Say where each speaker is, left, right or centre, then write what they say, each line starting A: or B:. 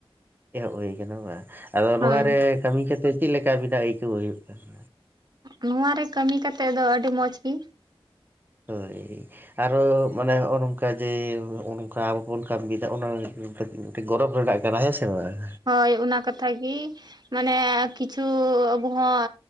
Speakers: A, on the right; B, on the right.
A: ᱮᱦᱚᱵ ᱦᱩᱭ ᱟᱠᱟᱱᱟ ᱵᱟᱝ ᱟᱫᱚ
B: ᱦᱳᱭ
A: ᱱᱚᱣᱟᱨᱮ ᱠᱟᱹᱢᱤ ᱠᱟᱛᱮᱫ ᱪᱮᱫ ᱞᱮᱠᱟ ᱵᱤᱱ ᱟᱹᱭᱠᱟᱹᱣ ᱦᱩᱭᱩᱜ ᱠᱟᱱᱟ?
B: ᱱᱚᱣᱟ ᱨᱮ ᱠᱟᱹᱢᱤ ᱠᱟᱛᱮᱫ ᱫᱚ ᱟᱹᱰᱤ ᱢᱚᱡᱽᱜᱤ᱾
A: ᱦᱳᱭ᱾ ᱟᱨᱚ ᱢᱟᱱᱮ ᱦᱚᱜᱼᱚᱭ ᱱᱚᱝᱠᱟ ᱡᱮ ᱱᱚᱜ ᱱᱚᱝᱠᱟ ᱟᱵᱚ ᱵᱚᱱ ᱠᱟᱹᱢᱤᱭᱮᱫᱟ ᱚᱱᱟ᱾ ᱢᱤᱫᱴᱮᱱ ᱜᱚᱨᱚᱵᱽ ᱨᱮᱱᱟᱜ ᱠᱟᱱᱟ ᱦᱮᱸ ᱥᱮ ᱵᱟᱝ᱾
B: ᱦᱳᱭ ᱚᱱᱟ ᱠᱟᱛᱷᱟᱜ ᱜᱮ᱾ ᱢᱟᱱᱮ ᱠᱤᱪᱷᱩ ᱟᱵᱚ ᱦᱚᱸ